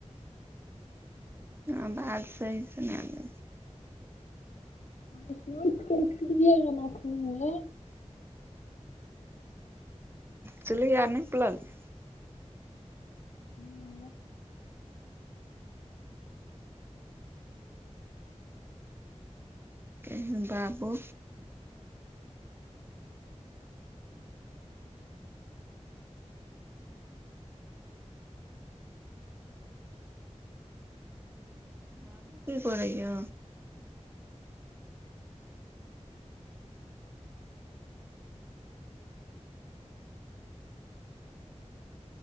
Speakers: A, on the right (about 20°); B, on the left (about 80°).
A: आवाज सही से नै आबैय
B: हम सुतके उठलिय हन अखनी
A: चुल्ही आर निप ललियै
B: हूँ
A: केहन बाबू बाबू की करैय